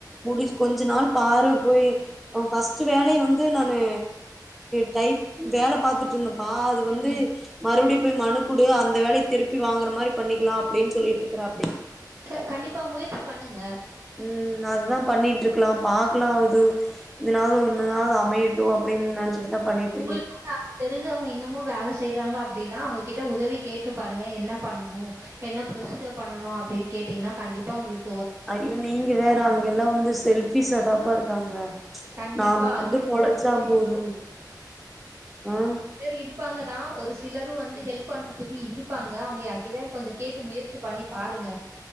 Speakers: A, in the centre; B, on the right.
A: முடி கொஞ்ச நாள் பாரு போய் பஸ்ட் வேலய வந்து நானு டைப் வேல பாத்துட்திருந்தம்பா அது வந்து
B: ம்.
A: மறுபடி போய் மனுகுடு அந்த வேலய திருப்பி வாங்கற மாரி பண்ணிகலா அப்டின் சொல்லிட்டுருக்காபடி
B: கே கண்டிபா முயற்சி பண்ணுங்க
A: ம் அதுதா பண்ணிட்ருக்கலா பாக்கலா இது இதுனாது ஒன்னுனாது அமையட்டும் அப்டின்னு நெனச்சிட்டு தா பண்ணிட்டு
B: உங்களுக்
A: இருக்கே
B: தா தெரிஞ்சவங்க இன்னுமு வேல செய்றாங்க அப்டின்னா அவங்ககிட்ட உதவி கேட்டு பாருங்க என்ன பண்ணனு என்ன புரொசீஜ பண்ணனு அப்டின் கேட்டீங்கனா கண்டிப்பா உங்ளுக்
A: அய்யோ நீங்க வேற அங்கெல்லா வந்து செல்ஃபிஸ்ஷதாப்பா இருக்காங்க
B: கண்டிப்பா
A: நாம மட்டு
B: இருக்கவு
A: பொலச்சா
B: செய்
A: போதுங் ம்
B: பேரு இருப்பாங்க தா ஒரு சிலரு வந்து ஹெல்ப் பண்றதுக்கு இருப்பாங்க அவுங்க யார் கிட்டயாது கொஞ்ச கேட்டு முயற்சி பண்ணி பாருங்க